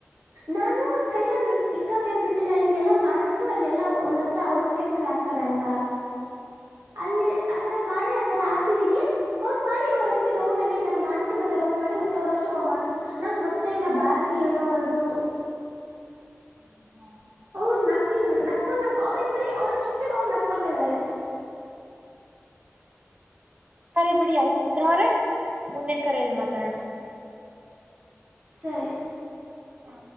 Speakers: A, on the right; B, on the right.
A: ನಾನು ಕೈಯಲ್ಲಿ ಇಕ್ಕಕ್ಕ ಏನ್ ಬಿಟ್ಟಿಲ್ಲ ಹಿಂಗೆಲ್ಲಾ ಮಾಡ್ಬಿಟ್ಟು ಅಲ್ಲಲ್ಲಾ ಒಂದ್ ಹತ್ರ ಒಂದ್ ಪ್ಲೇಟ್ ಮೇಲೆ ಹಾಕ್ತಾರ ಅಲ್ವಾ ಅಲ್ಲಿ ಆತರ ಮಾಡಿ ತರ ಹಾಕಿದೀನಿ ಅವ್ರಾ ಪಾಡಿಗೆ ಅವ್ರು ಎತ್ತಿ ರೌಂಡ್ ಎಲ್ಲ ಈ ತರ ಮಾಡ್ಬಿಟ್ಟು ಮತ್ತೆ ರೌಂಡ್ ಮಾಡಿ ಮತ್ತೆ ಅವ್ರಷ್ಟು ಮಾಡ್ತಾರೆ ನಂಗ್ ಗೊತ್ತೇ ಇಲ್ಲ ಭಾರತೀ ಹೇಳೋವರ್ಗುನು
B: ಹ್ಮ ಹಾ <inaudible>
A: ಅವ್ರ ನಕ್ತಿ ನಕೊಂಡ್ ನ ಅವ್ರಿಬ್ರಿ ಅವ್ರಷ್ಟಗ ಅವ್ರು ನಕೊತಾ ಇದಾರೆ
B: ಸರಿ ಬಿಡಿ ಆಯ್ತು ಚಿತ್ರ ಅವ್ರ ಮುಂದಿನ ಕರೆಯಲ್ಲಿ ಮಾತಾಡೋಣ
A: ಸರಿ
B: ಹಾ